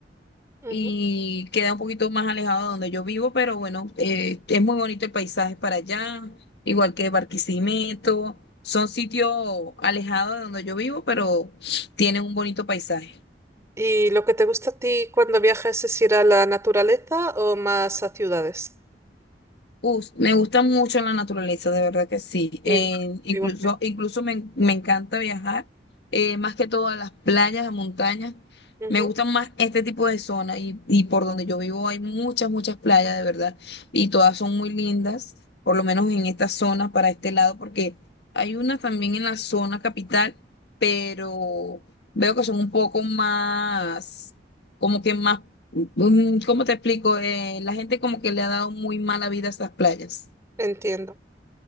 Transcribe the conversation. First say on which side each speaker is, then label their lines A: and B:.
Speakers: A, on the right; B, on the left.
A: ujú.
B: y queda un poquito más alejado de donde yo vivo, pero bueno, eh, es muy bonito el paisaje para allá, igual que Barquisimeto, son sitios alejados de donde yo vivo, pero tienen un bonito paisaje.
A: ¿Y lo que te gusta a ti cuando viajas es ir a la naturaleza o más a ciudades?
B: Us- me gusta mucho la naturaleza, de verdad que sí.
A: Igual,
B: Eh, incluso,
A: igualmente.
B: incluso me, me encanta viajar, eh, más que todo a las playas, a montañas.
A: Ujú,
B: Me gustan más este tipo de zonas y, y por donde yo vivo hay muchas, muchas playas, de verdad. Y todas son muy lindas, por lo menos en esta zona, para este lado, porque hay unas también en la zona capital, pero veo que son un poco más, como que más Mm, ¿Cómo te explico? Eh, la gente como que le ha dado muy mala vida a estas playas.
A: Entiendo.